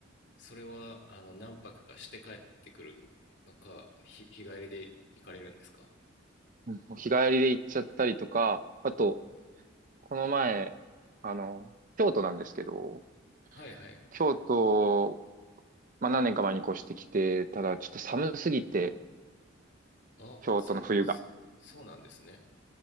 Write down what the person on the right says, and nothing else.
うんもう日帰りで行っちゃったりとか、あと、この前、あの、京都なんですけど、
京都、まあ、何年か前に越してきて、ただちょっと寒すぎて、
京都の冬が。